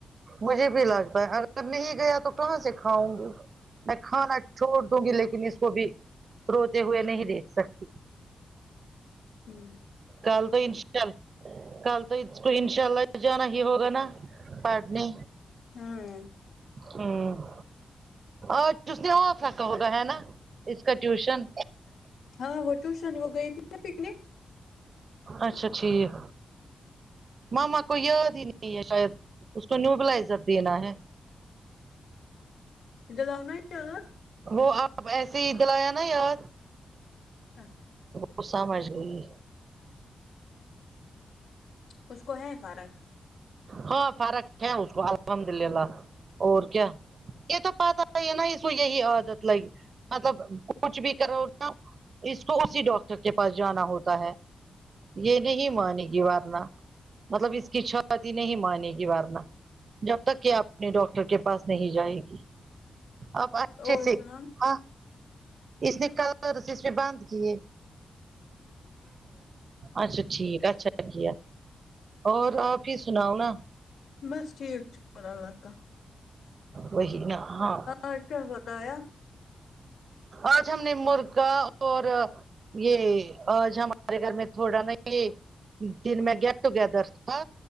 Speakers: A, on the right; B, on the left.
A: مجھے بھی لگتا ہے اگر نہیں گیا تو کہاں سے کھاؤں گی میں کھانا چھوڑ دوں گی لیکن اس کو بھی روتے ہوئے نہیں دیکھ سکتی
B: ہمم
A: کل تو انشل کل تو اس کو انشاء اللہ جانا ہی ہوگا نا پٹنے
B: ہاں
A: ہمم اج اس نے آف رکھا ہوگا ہے نا اس کا ٹیوشن
B: ہاں وہ ٹوشن وہ گئی تھی ن پکنک
A: اچھا ٹھیک ماما کو یاد ہی نہیں ہے شاید اس کو نیوبلائزر دینا ہے
B: دلونائی اج
A: وہ آپ ایسے ہی دلایا نا یاد
B: ہاں
A: وہ سمجھ گئی
B: اس کو ہے فارق
A: ہاں فرق ہے اس کو الحمدللہ
B: <unintelligible>
A: اور کیا یہ تو پتہ ہے نا اس یہی عادت لگی مطلب کچھ بھی کرو نا اس کو اسی ڈاکٹر کے پاس جانا ہوتا ہے یہ نہیں مانے گی ورنا مطلب اس کی شادی نہیں مانے گی ورنا جب تک کہ آپ اپنے ڈاکٹر کے پاس نہیں جائے گی اب اچھے
B: اور
A: سے
B: سنا
A: ہاں اس نے کل سے اسے بند کیے اچھا ٹھیک اچھا کیا اور اور کی سناؤ نا
B: بس ٹھیک شکر اللہ کا
A: وہی نا ہاں
B: اج کا بقایا
A: آج ہم نے مرغا اور یہ آج ہمارے گھر میں تھوڑا نہیں یہ دن میں گیٹ ٹوگیدر تھا